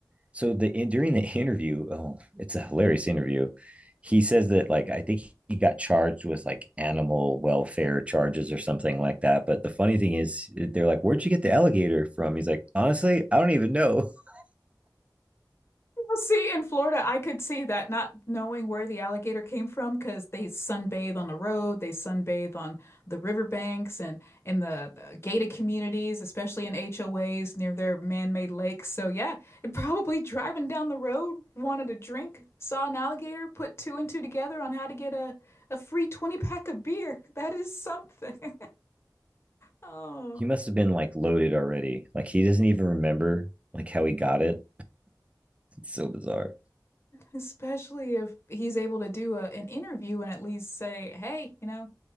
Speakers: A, on the right; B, on the left.
A: so the in, during the interview, oh, it's a hilarious interview. He says that like I think he got charged with like animal welfare charges or something like that. But the funny thing is, eh, they're like, "Where'd you get the alligator from?" He's like, "Honestly, I don't even know. <laughs>
B: Well, see, in Florida, I could see that not knowing where the alligator came from because they sunbathe on the road, they sunbathe on the riverbanks and in the uh, gated communities, especially in HOAs near their man-made lakes. So yeah, it probably driving down the road, wanted a drink, saw an alligator, put two and two together on how to get a, a free 20 pack of beer. <laughs> That is something. <laughs> Oh,
A: He must have been like loaded already. Like he doesn't even remember like how he got it. It's so bizarre."
B: especially if he's able to do a, an interview and at least say, hey, you know,